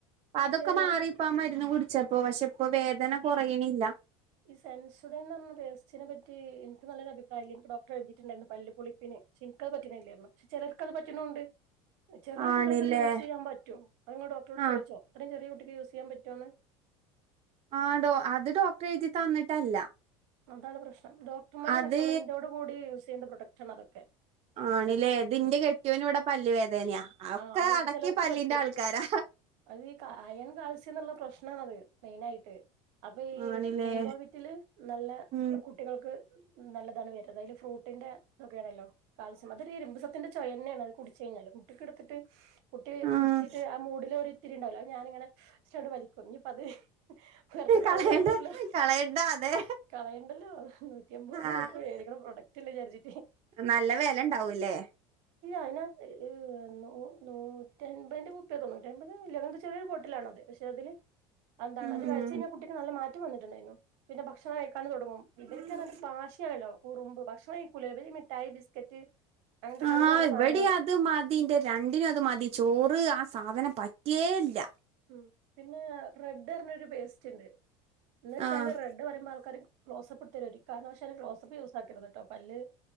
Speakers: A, on the right; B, on the right.
A: ഇപ്പം
B: പക്ഷെ
A: അതൊക്കെ മാറി ഇപ്പോ ആ മരുന്ന് കുടിച്ചപ്പോ പക്ഷെ ഇപ്പൊ വേദന കുറയണില്ല
B: ഈ സെൻസോഡൻ പറഞ്ഞ പോസ്റ്റിനെ പറ്റി എനിക്ക് നല്ലൊരു അഭിപ്രായവില്ല എനിക്ക് ഡോക്ടർ എഴുതിയിട്ടുണ്ടായിരുന്നു പല്ലുപുളിപ്പിന് പ <unintelligible> പക്ഷെ ചിലർക്ക്ത് പറ്റണുവുണ്ട് ചെറിയ
A: ആണില്ലേ
B: കുട്ടികൾക്ക്ക്കത് യൂസ് ചെയ്യാൻപറ്റോ അങ്ങ് ഡോക്ടറോട്
A: ആഹ്
B: ചോദിച്ചോ അത്രയും ചെറിയ കുട്ടിക്ക് യൂസ് ചെയ്യാൻ പറ്റോന്ന്
A: ആ ഡോ അത് ഡോക്ടറെ എഴുതി തന്നിട്ടല്ല
B: അതാണ് പ്രശ്നം ഡോക്ർമാര്
A: അത്
B: റെക്കമെന്റോട് കൂടി യൂസ് ചെയ്യേണ്ട പ്രൊഡക്റ്റ് ആണ് അതൊക്കെ
A: ആണില്ലേ ഇതിന്റെ കെട്ടിയോന് ഇവിടെ പല്ല് വേദനയാ ഒക്കെ
B: ആ അവർക്ക്
A: അടക്കി
B: ചിലർക്ക്
A: പല്ലിന്റെ
B: പറ്റൂ
A: ആൾക്കാരാ
B: അത് അയൻ കാൽസ <unintelligible> പ്രശ്നാണത് മെയിനായിട്ട് അപ്പൊ ഈ
A: ആണില്ലേ
B: സിങ്കോവിറ്റില് നല്ല
A: ഉം
B: കുട്ടികൾക്ക് നല്ലതാണ് വര അതില് ഫ്രൂട്ട് കുട്ടീന്റെ ഇതോക്കെയണല്ലോ കാൽസ്യം അതൊരു ഇരുമ്പുസത്തിന്റെ ചുവയാണ് അത് കുടിച്ച് കഴിഞ്ഞാല് കുട്ടിക്ക് കൊടുത്തിട്ട് കുട്ടി
A: ആഹ്
B: കുടിച്ചിട്ട് ആ മൂഡില് ഒരിത്തിരി ഉണ്ടാവൂല്ലോ ഞാനിങ്ങട് വലിക്കും ഇത് വെറുതെ കളയണ്ടല്ലോ
A: കളയണ്ട കളയണ്ട അതെ
B: കളയണ്ടല്ലോ നൂറ്റി അമ്പത് റുപിയ
A: ആഹ്
B: കൊടുത്ത് മേടിക്കണ പ്രൊഡക്ട് അല്ലേ വിചാരിച്ച്
A: നല്ല വില ഉണ്ടാവൂല്ലേ
B: അയിന് ആ <unintelligible> ന നൂറ്റി അമ്പതിന്റെ കുപ്പിയ നൂറ്റിയമ്പത് അങ്ങനത്തെ ചെറിയൊരു ബോട്ടിലാണത് പക്ഷെ അതില് എന്താണ്
A: ഉം
B: അത് കഴിച്ചച്ച് കഴിഞ്ഞാൽ അത് എന്താണ് കുട്ടിക്ക് നല്ല മാറ്റം വന്നിട്ടുണ്ടായിരുന്നു പിന്നെ ഭക്ഷണം കഴിക്കാൻ തുടങ്ങും ഇവർക്ക
A: ഉം
B: ല്ലോ കുറുമ്പ് ഭക്ഷണം കഴിക്കൂല മിഠായി ബിസ്ക്കറ്റ് അങ്ങനത്തെ
A: ആഹ്
B: കണ്ണി കണ്ട
A: ഇവിടെ
B: സാധനങ്ങള്
A: അത് മതി രണ്ടിനും അത് മതി ചോറ് ആ സാധനം പറ്റിയേ ഇല്ല
B: ഉം പിന്നെ റെഡ് പറഞ്ഞരു പേസ്റ്റ് ഉണ്ട് എന്ന്ന് വെച്ചാല്
A: ആഹ്
B: റെഡ് പറയുമ്പോൾ ആൾക്കാ ക്ലോസപ്പപ്പെടുത്തേും ഒരു കാരണവശാലും ക്ലോസപ്പ് യൂസാ ക്കരുത് കേട്ടോ പല്